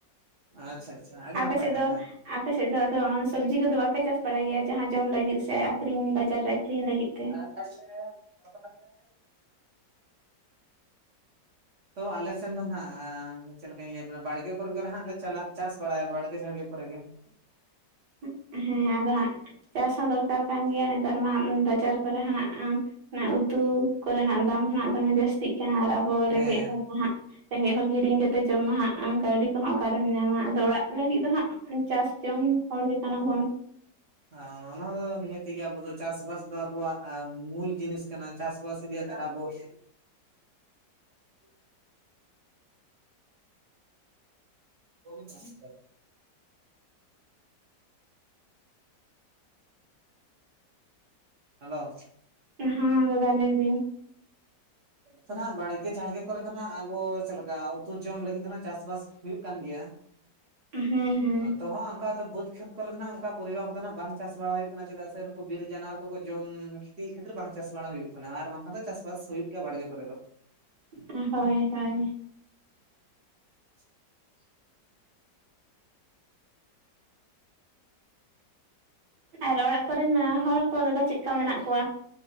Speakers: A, on the right; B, on the right.
A: ᱾
B: ᱟᱪᱪᱷᱟ ᱟᱪᱪᱷᱟ ᱟᱹᱰᱤ
A: ᱟᱯᱮ
B: ᱱᱟᱯᱟᱭ
A: ᱥᱮᱫ
B: ᱠᱟᱛᱷᱟ
A: ᱫᱚ, ᱟᱯᱮ ᱥᱮᱫ ᱫᱚ ᱟᱫᱚ, ᱥᱚᱵᱽᱡᱤ ᱠᱚᱫᱚ, ᱵᱟᱯᱮ ᱪᱟᱥ ᱵᱟᱲᱟᱭ ᱜᱮᱭᱟ, ᱡᱟᱦᱟᱸ ᱡᱚᱢ ᱞᱟᱹᱜᱤᱫ ᱥᱮ, ᱟᱠᱷᱨᱤᱧ ᱵᱟᱡᱟᱨ ᱨᱮ, ᱟᱠᱷᱨᱤᱧ ᱞᱟᱹᱜᱤᱫ ᱛᱮ ᱾
B: <inaudible> <unintelligible> ᱛᱚ ᱟᱞᱮ ᱥᱮᱱ ᱫᱚ ᱱᱷᱟᱸᱜ, ᱪᱮᱫ ᱞᱮᱠᱟ. ᱧ ᱞᱟᱹᱭ ᱟᱵᱮᱱᱟ? ᱵᱟᱲᱜᱮ ᱠᱚᱨᱮ ᱜᱮ ᱱᱷᱟᱸᱜ, ᱞᱮ ᱪᱟᱞᱟᱜ ᱪᱟᱥ ᱵᱟᱲᱟᱭᱟ, ᱵᱟᱲ ᱜᱮ, ᱡᱷᱟᱲᱜᱮ ᱠᱚᱨᱮ ᱜᱮ ᱾
A: <inaudible> ᱦᱮᱸ ᱟᱫᱚ ᱦᱟᱸᱜ, ᱪᱟᱥ ᱦᱚᱸ ᱫᱚᱨᱠᱟᱨ ᱠᱟᱱ ᱜᱮᱭᱟ, ᱱᱮᱛᱟᱨ ᱢᱟ ᱵᱟᱡᱟᱨ ᱠᱚᱨᱮ ᱦᱚᱸᱱᱷᱟᱜ ᱚᱱᱟ, ᱩᱛᱩ ᱠᱚᱨᱮ ᱱᱟᱜ, ᱫᱟᱢ ᱦᱚᱸᱱᱷᱟᱜ ᱫᱚᱢᱮ ᱡᱟᱹᱥᱛᱤᱜ ᱠᱟᱱᱟ, ᱟᱨ ᱟᱵᱚ
B: ᱦᱮᱸ
A: ᱨᱮᱸᱜᱮᱡ ᱦᱚᱲ ᱠᱚ, ᱦᱟᱸᱜ ᱨᱮᱸᱜᱮᱡ ᱦᱚᱲ, ᱠᱤᱨᱤᱧ ᱠᱟᱛᱮ ᱡᱚᱢ ᱢᱟ ᱦᱟᱸᱜ, ᱠᱟᱹᱣᱰᱤ ᱠᱚᱦᱚᱸ ᱚᱠᱟᱨᱮᱢ ᱧᱟᱢᱟ ᱾ ᱟᱫᱚ ᱚᱲᱟᱜ ᱞᱟᱹᱜᱤᱫ ᱫᱚ ᱦᱟᱸᱜ, ᱪᱟᱥ ᱡᱚᱝ ᱦᱚᱲ ᱜᱮ, ᱠᱟᱱᱟ ᱵᱚᱱ ᱾
B: ᱟᱸᱻ ᱚᱱᱟ ᱫᱚ ᱱᱤᱦᱟᱹᱛᱤ ᱜᱤ, ᱟᱵᱩ ᱫᱚ, ᱪᱟᱥᱵᱟᱥ ᱫᱚ, ᱟᱵᱩᱣᱟᱜ ᱢᱩᱞ ᱡᱤᱱᱤᱥ ᱠᱟᱱᱟ ᱾ ᱪᱟᱥ ᱵᱟᱥ ᱜᱮ, ᱟᱵᱚᱥ <unintelligible> <inaudible> <unintelligible> ᱜᱚᱵᱤᱱ ᱪᱟᱥ ᱡᱟᱭ, <unintelligible> ᱦᱮᱞᱳ᱾
A: ᱦᱮᱸ ᱫᱟᱫᱟ ᱞᱟᱹᱭ ᱵᱤᱱ᱾
B: ᱱᱚᱛᱮ ᱫᱚᱱ ᱦᱟᱸᱜ ᱵᱟᱲᱜᱮ ᱡᱷᱟᱲᱜᱮ ᱠᱚᱨᱮ ᱫᱚ ᱦᱟᱸᱜ ᱟᱵᱚ ᱪᱮᱫᱞᱮᱠᱟ ᱩᱛᱩ ᱡᱚᱢ ᱞᱟᱹᱜᱤᱫ ᱫᱚ ᱦᱟᱸᱜ ᱪᱟᱥᱵᱟᱥ ᱦᱩᱭᱩᱜ ᱠᱟᱱ ᱜᱮᱭᱟ᱾
A: ᱦᱮᱸ ᱦᱮᱸ
B: ᱛᱚ ᱦᱟᱸᱜ ᱚᱱᱠᱟ ᱫᱚ ᱵᱟᱹᱫᱽ ᱠᱷᱮᱛ ᱠᱚᱨᱮ ᱫᱚᱱ ᱦᱟᱸᱜ ᱚᱱᱠᱟ ᱯᱚᱨᱤᱵᱟᱨ ᱠᱚᱫᱚᱱ ᱦᱟᱸᱜ ᱵᱟᱝ ᱪᱟᱥ ᱵᱟᱲᱟ ᱦᱩᱭᱩᱜ ᱠᱟᱱᱟ ᱪᱮᱫᱟᱜ ᱥᱮ ᱱᱩᱠᱩ ᱵᱤᱨ ᱡᱟᱱᱣᱟᱨ ᱠᱚᱠᱚ ᱡᱚᱢ ᱠᱷᱤᱛᱤᱭᱮᱫ ᱠᱷᱟᱹᱛᱤᱨ ᱵᱟᱝ ᱪᱟᱥ ᱵᱟᱲᱟ ᱦᱩᱭᱩᱜ᱾ ᱚᱱᱟ ᱟᱨ ᱵᱟᱝᱠᱷᱟᱱ ᱫᱚ ᱪᱟᱥᱵᱟᱥ ᱦᱩᱭᱩᱜ ᱜᱮᱭᱟ ᱵᱟᱲᱜᱮ ᱠᱚᱨᱮ ᱫᱚ᱾
A: ᱩᱸ ᱦᱳᱭ ᱦᱳᱭ᱾
B: <inaudible>
A: ᱟᱨ ᱚᱲᱟᱜ ᱠᱚᱨᱮᱱ ᱦᱚᱲ ᱠᱚ ᱫᱟᱫᱟ ᱪᱮᱫᱠᱟ ᱢᱮᱱᱟᱜ ᱠᱚᱣᱟ?